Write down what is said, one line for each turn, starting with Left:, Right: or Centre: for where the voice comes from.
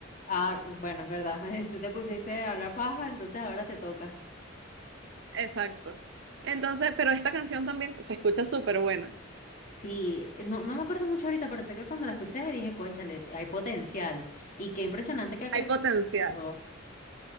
Left: Ah, bueno, es verdad. <laughs> Tú te pusiste a hablar paja, entonces ahora te toca.
Right: Exacto. Entonces, pero esta canción también se escucha súper buena.
Left: Sí, no, no me acuerdo mucho ahorita, pero sé que cuando la escuché dije, cónchale, hay potencial. Y qué impresionante que ha
Right: Hay
Left: crecido
Right: potencial.
Left: tanto.